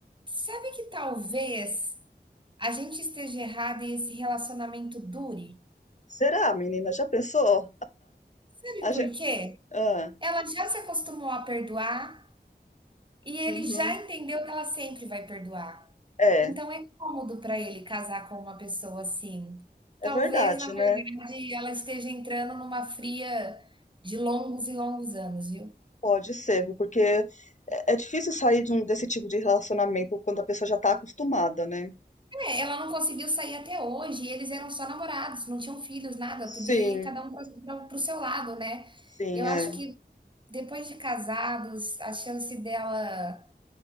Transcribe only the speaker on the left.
Será, menina? Já pensou?
A gente,
ah,
uhum.
É,
é verdade,
né?
Pode ser, viu? porque é é difícil sair de um- desse tipo de relacionamento quando a pessoa já está acostumada, né?
Sim,
sim,
é.